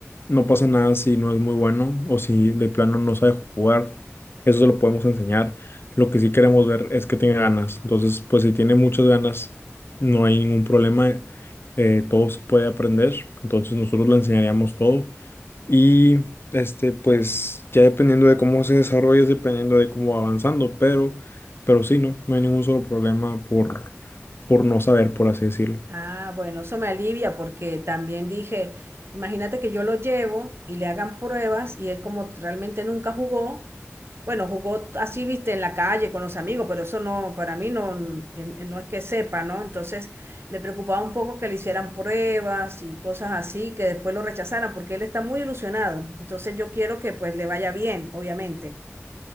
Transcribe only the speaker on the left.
no pasa nada si no es muy bueno o si de plano no sabe jugar. Eso se lo podemos enseñar. Lo que sí queremos ver es que tenga ganas. Entonces, pues si tiene muchas ganas, no hay ningún problema. eh, todo se puede aprender. Entonces, nosotros le enseñaríamos todo. Y este, pues ya dependiendo de cómo se desarrolle, es dependiendo de cómo va avanzando, pero, pero sí, no, no hay ningún solo problema por, por no saber, por así decirlo.